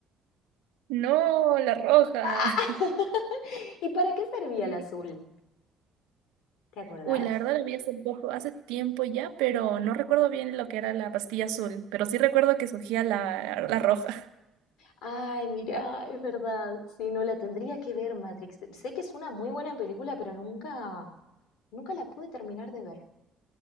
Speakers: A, on the right; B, on the left.
A: No, la roja.
B: Ah,
A: <laughs>
B: <laughs> ¿Y para qué servía
A: Sí.
B: el azul? ¿Te acordás?
A: Uy, la verdad la vi hace poco, hace tiempo ya, pero no recuerdo bien lo que era la pastilla azul, pero sí recuerdo que surgía la, la roja. <laughs>
B: Ay, mira, es verdad. Sí, no la tendría que ver Matrix. Sé que es una muy buena película, pero nunca, nunca la pude terminar de ver.